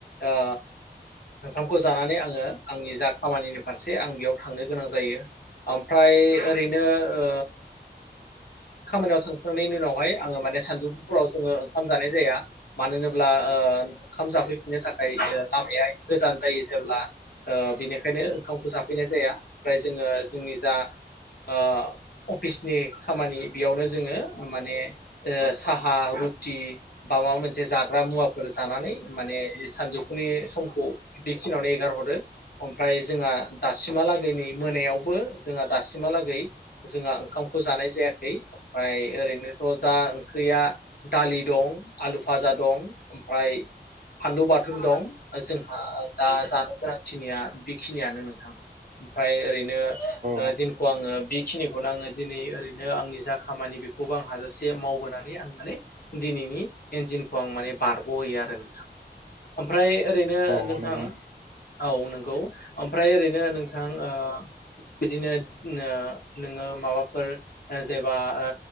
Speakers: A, on the left (about 60°); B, on the right (about 50°).
A: ओ ओंखामखौ जानानै आंङो आंनि जा खामानिनि फारसे आं बेयाव थांनो गोनां जायो ओमफ्राय ओरैनो ओ खामानियाव थांखांनायनि उनावहाय आंङो माने सानजौफुफोरुराव जोंङो ओंखाम जानाय जाया मानो होनोब्ला ओ ओंखाम जाफैफिननो थाखाय लामाया गोजान जायो जेब्ला ओ बिनिखायनो ओंखामखौ जाफैनाय जाया ओमफ्राय जोंङो जोंनि जा ओ अफिसनि खामानि बेयावनो जोंङो माने ओ साहा रुटि बा माबा मोनसे जाग्रा मुवाफोर जानानै माने सानजौफुनि समखौ बेखिनियावनो एगार हरो ओमफ्राय जोंहा दासिमहालागै नै मोनायावबो जोंहा दासिमहालागै जोंहा ओंखामखौ जानाय जाया ऐ ओमफ्राय ओरैनोथ' दा ओंख्रिया दालि दं आलु फाजा दं ओमफ्राय फानलु बाथुम दं जोंहा दा जानो गोनांखिनिया बेखिनियानो नोंथां ओमफ्राय ओरै नो
B: औ
A: ओ दिनखौ आंङो बिखिनिखौनो आं दिनै ओरैनो आंनि जा खामानि बेखौबो आं हाजासे मावबोनानै आं माने दिनैनि इन्जिनखौ आं माने बारगहोयो आरो नोंथां ओमफ्राय ओरैनो
B: औ
A: नोंथां
B: नंगौना
A: औ नों गौ ओमफ्राय ओरैनो नोंथां ओ बिदिनो नो-नोंङो माबाफोर जेबा ओ